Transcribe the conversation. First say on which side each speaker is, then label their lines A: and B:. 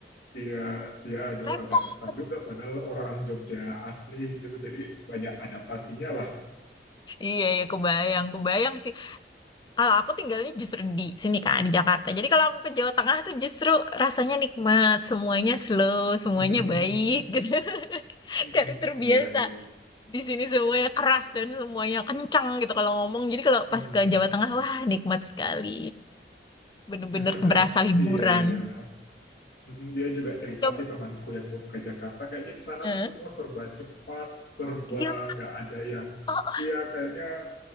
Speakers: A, on the left; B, on the left.
A: Iya, dia aduh
B: Repot.
A: agak susah juga padahal orang Jogja asli gitu. Jadi banyak adaptasinya lah.
B: Iya, ya kebayang, kebayang sih. Kalau aku tinggalnya justru di sini kan, di Jakarta. Jadi kalau aku ke Jawa Tengah tuh justru rasanya nikmat. Semuanya slow, semuanya
A: <laughs>
B: baik <laughs> gitu.
A: Mm-mm.
B: Karena terbiasa
A: Iya, iya.
B: di sini semuanya keras dan semuanya kencang gitu kalau ngomong. Jadi kalau pas
A: Mm-mm,
B: ke Jawa
A: mm-mm.
B: Tengah, wah nikmat sekali. Bener-bener
A: <laughs>
B: berasa liburan.
A: Iya, iya. Mm-mm, Dia juga cerita
B: Coba.
A: sih temanku yang move ke Jakarta, kayaknya di sana
B: Eh,
A: tuh semua serba cepat, serba
B: Iya,
A: nggak ada yang,
B: oh,
A: iya kayaknya